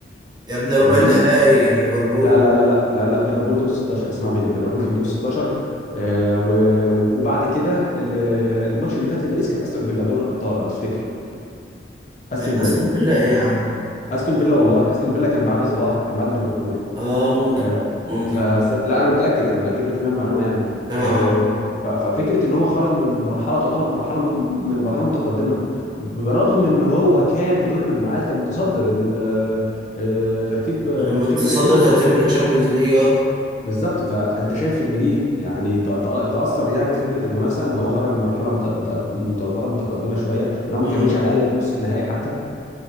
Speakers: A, on the right (about 25°); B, on the left (about 40°).
A: يا ابني ربع
B: من دور
A: النهائي
B: الست...
A: ليفربول
B: لا
A: و...
B: لا لا لا لا لا ليفربول دور ال 16 اسمع مني ليفربول كان دور ال 16 آه و... وبعد كده ال- الماتش اللي فات لباريس كان استون فيلا دور الابطال لو تفتكر استون
A: استون
B: فيلا
A: فيلا ايه يا عم
B: استون فيلا والله استون فيلا كان بعد صلاح كان بعد ليفربول
A: اه ممكن
B: آه،
A: ممكن
B: فس... لا انا متاكد انا متاكد 100% من المعلومه يعني
A: اه اه
B: آه،
A: اه
B: ف- ففكره ان هو خرج من مرحله تعتبر مرحله م- من مرحله متقدمه برغم ان هو كان في دور المجموعات كان متصدر ال- آه، ترتيب التشامبيونز
A: أنا متصدر
B: ليج
A: ترتيب التشامبيونز ليج اه
B: بالظبط فانت شايف ان دي يعني ت- ت- تاثر يعني في فكره المنافسه ان هو خرج من مرحله مت... مت... مت- تعتبر متقدمه شويه ان هو ما
A: آه.
B: كملش
A: آه.
B: على الاقل نص النهائي حتى